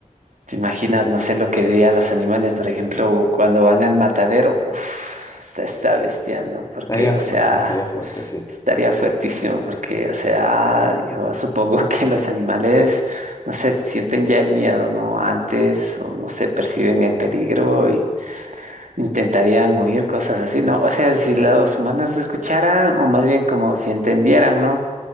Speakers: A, on the right; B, on the left.
A: ¿Te imaginas, no sé lo que dirían los animales, por ejemplo, cuando van al matadero? Uf, está, está bestial, ¿no? Porque,
B: Estaría fuerte,
A: o sea,
B: estaría fuerte, sí.
A: estaría fuertísimo, porque, o sea, yo supongo <laughs> que los animales, no sé, sienten ya el miedo, ¿no? Antes, o no sé, perciben el peligro y intentarían huir, cosas así, ¿no? O sea, si los humanos escucharan, o más bien como si entendieran, ¿no?